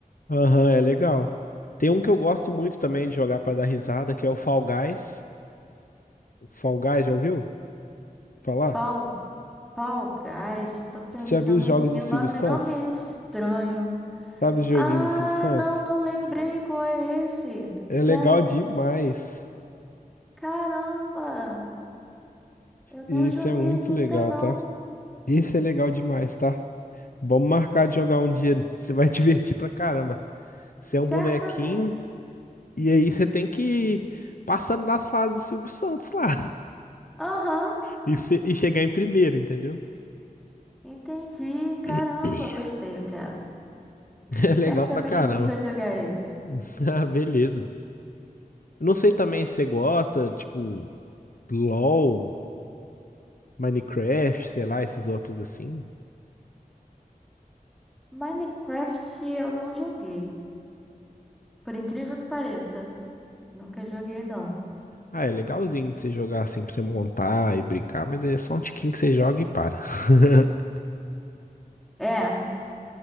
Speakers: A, on the left; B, in the centre.
A: Aham, é legal. Tem um que eu gosto muito também de jogar pra dar risada, que é o Fall Guys. Fall Guys, já ouviu falar?
B: Fall, Fall Guys, tô pensando
A: Você já viu os jogos
B: aqui,
A: do Silvio
B: o nome
A: Santos?
B: não me é estranho.
A: Sabe o joguinho
B: Ah,
A: do Silvio Santos?
B: não, não lembrei qual é esse.
A: É
B: Já
A: legal
B: vi
A: demais.
B: sim. Caramba, eu não
A: Esse
B: joguei
A: é muito
B: ele ainda
A: legal,
B: não.
A: tá? Esse é legal demais, tá? Vamos marcar de jogar um dia. Você vai <laughs> divertir pra caramba. Você é um
B: Certamente.
A: bonequinho e aí você tem que ir passando das fases do Silvio Santos lá
B: Aham,
A: <laughs> e, se- e chegar em primeiro, entendeu?
B: entendi. Caramba,
A: <laughs>
B: gostei, eu quero.
A: É
B: Certamente
A: legal pra caramba.
B: a gente vai jogar esse.
A: <laughs> Ah, beleza. Eu Não sei também se você gosta, tipo, LOL. Minecraft, sei lá, esses outros assim.
B: Minecraft eu não joguei. Por incrível que pareça. Nunca joguei, não.
A: Ah, é legalzinho de você jogar assim pra você montar e brincar, mas é só um tiquinho que você joga e para. <laughs>
B: É,